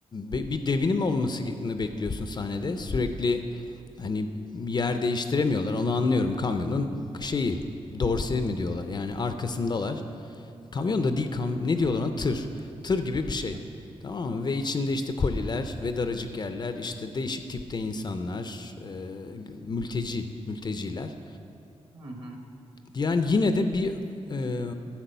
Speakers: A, on the left (about 40°); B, on the right (about 40°).
A: be- bir devinim olmasını bekliyorsun sahnede. Sürekli hani yer değiştiremiyorlar. Onu anlıyorum kamyonun şeyi dorse mi diyorlar. Yani arkasındalar. Kamyon da değil kam ne diyorlar ona tır. Tır gibi bir şey.
B: Hı
A: Tamam mı? Ve içinde işte koliler ve daracık yerler, işte değişik tipte insanlar, e, mülteci, mülteciler.
B: hı. hı.
A: Yani yine de bir e,